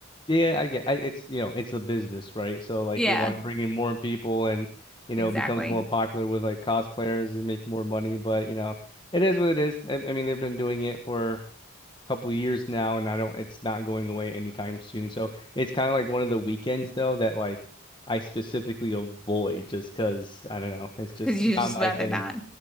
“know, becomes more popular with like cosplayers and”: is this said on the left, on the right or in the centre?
Left